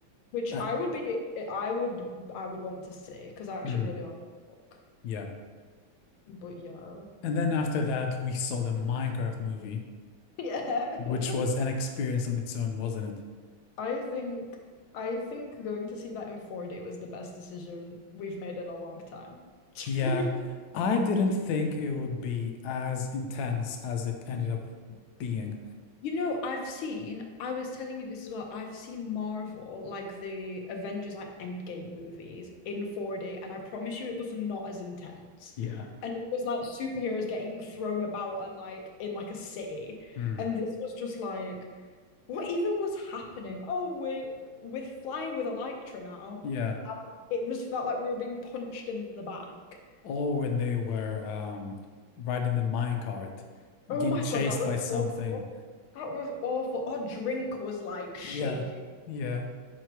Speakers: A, on the left; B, on the left.
A: which
B: Uh,
A: I would be, I would, I would want to see because I actually
B: mm.
A: really like the book.
B: Yeah.
A: But yeah,
B: And then after that, we saw the Minecraft movie,
A: <laughs> yeah.
B: which
A: <laughs>
B: was an experience on its own, wasn't it?
A: I think, I think going to see that in 4D was the best decision we've made in a long time. <laughs>
B: Yeah. I didn't think it would be as intense as it ended up being.
A: You know, I've seen, I was telling you this as well. I've seen Marvel, like the Avengers, like Endgame movies in 4D, and I promise you it was not as intense.
B: Yeah.
A: And it was like superheroes getting thrown about and like in like a city.
B: Mm.
A: And this was just like, what even was happening? Oh, we're we're flying with Elytra now.
B: Yeah.
A: It just felt like we were being punched in the back.
B: Or when they were um riding the minecart,
A: Oh
B: getting
A: my
B: chased
A: God, that was
B: by something.
A: awful. That was awful. Our drink was like shaking.
B: Yeah. Yeah.